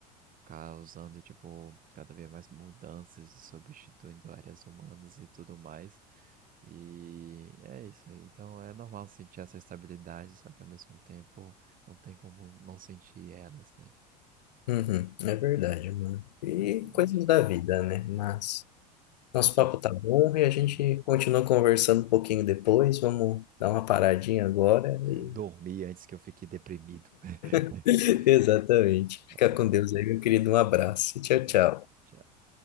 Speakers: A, on the right; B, on the left.
A: causando, tipo, cada vez mais mudanças e substituindo áreas humanas e tudo mais. E é isso aí. Então é normal sentir essa estabilidade, só que ao mesmo tempo não tem como não sentir elas, né?
B: Uhum, é verdade, mano. E
A: Mas enfim,
B: coisas da vida, né?
A: é,
B: Mas. Nosso
A: assim,
B: papo tá bom e a
A: sim.
B: gente continua conversando um pouquinho depois. Vamos dar uma paradinha agora.
A: né?
B: e-
A: dormir antes que eu fique deprimido. <laughs>
B: <laughs> Exatamente.
A: Tá
B: Fica
A: certo.
B: com Deus aí, meu querido. Um abraço. Tchau,
A: Um
B: tchau.
A: abraço. Tchau.